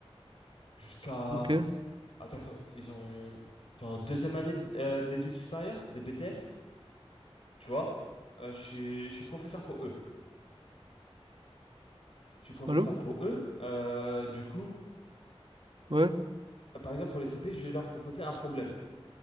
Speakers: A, on the left; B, on the right.
A: jusqu'à...
B: Ok.
A: pff, Attends, Ouais. ils ont... ils ont en deuxième année euh, d'études supérieures, des BTS, tu vois. Euh, je suis, je suis professeur pour eux. Je suis professeur
B: Allô?
A: pour eux. Euh, du coup,
B: Ouais.
A: euh, par exemple, pour les CP, je vais leur proposer un problème.